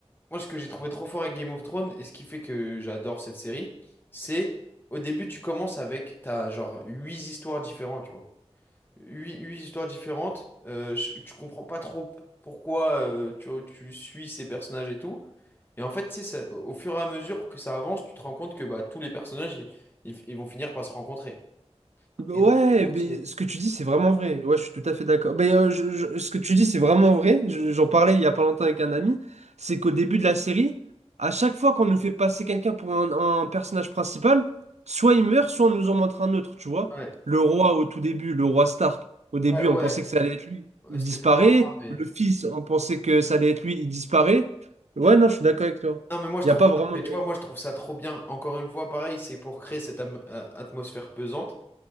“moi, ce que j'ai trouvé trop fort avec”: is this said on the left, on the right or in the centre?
Left